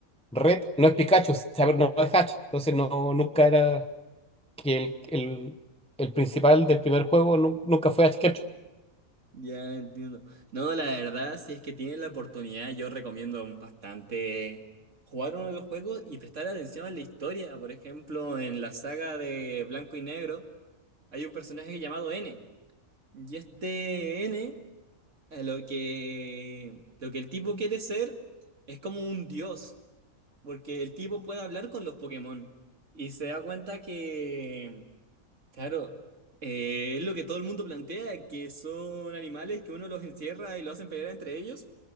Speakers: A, in the centre; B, on the right.
A: Red no es Pikachu, saber, no es Hatch. Entonces no, nunca era, que el, el- el principal del primer juego nu- nunca fue Ash Ketchum.
B: Ya entiendo. No, la verdad, si es que tienen la oportunidad, yo recomiendo bastante jugar uno de los juegos y prestar atención a la historia. Por ejemplo, en la saga de Blanco y Negro hay un personaje llamado N. Y este N a lo que, lo que el tipo quiere ser es como un dios, porque el tipo puede hablar con los Pokémon y se da cuenta que, claro, eh, es lo que todo el mundo plantea, que son animales que uno los encierra y lo hacen pelear entre ellos.